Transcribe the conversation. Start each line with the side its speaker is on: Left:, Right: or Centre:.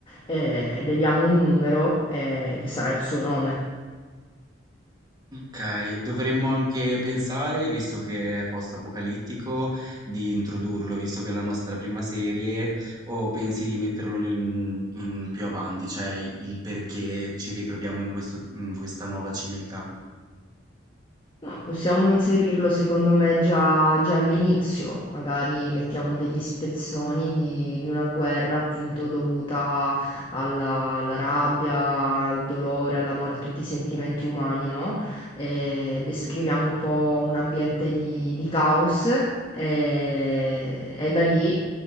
Left: eh, le diamo un numero, eh, che sarà il suo nome.
Right: Okay, dovremmo anche pensare, visto che è post-apocalittico, di introdurlo, visto che è la nostra prima serie, o pensi di metterlo nel mhmm, in più avanti, cioè il perché ci ritroviamo in questo in questa nuova civiltà?
Left: No, possiamo inserirlo secondo me già, già all'inizio, magari mettiamo degli spezzoni di, di una guerra appunto dovuta alla, alla rabbia, al dolore, all'amore, a tutti i sentimenti umani, no? eh, descriviamo un po' un ambiente di, di caos eh, e da lì